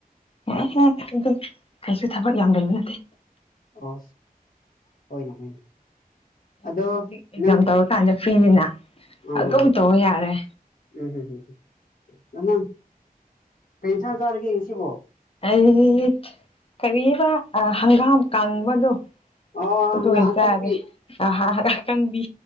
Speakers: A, on the left; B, on the left.
A: ꯅꯨꯉꯥꯏꯍꯦ ꯑꯗꯨꯝ ꯀꯩꯁꯨ ꯊꯕꯛ ꯌꯥꯝ ꯂꯩꯕ ꯅꯠꯇꯦ
B: ꯑꯣ ꯍꯣꯏꯅꯦ ꯍꯣꯏꯅꯦ
A: ꯑꯩꯗꯤ
B: ꯑꯗꯣ
A: ꯍꯧꯖꯤꯛ ꯑꯦꯛꯖꯥꯝ
B: ꯅꯪ
A: ꯇꯧꯔꯀꯥꯟꯗ ꯐ꯭ꯔꯤꯅꯤꯅ
B: ꯎꯝ
A: ꯑꯗꯨꯝ ꯇꯧꯕ ꯌꯥꯔꯦ
B: ꯎꯝꯝ ꯎꯝ ꯅ ꯀꯩ ꯑꯦꯟꯁꯥꯡ ꯆꯥꯔꯒꯦ ꯉꯁꯤꯕꯣ
A: ꯑꯩ ꯀꯔꯤꯕ ꯍꯪꯒꯥꯝ ꯀꯪꯕꯗꯣ
B: ꯑꯣ
A: ꯑꯗꯨ
B: ꯍꯪꯒꯥꯝ
A: ꯑꯣꯏ
B: ꯑꯀꯪꯕꯤ
A: ꯆꯥꯔꯦ ꯑꯔ ꯀꯪꯕꯤ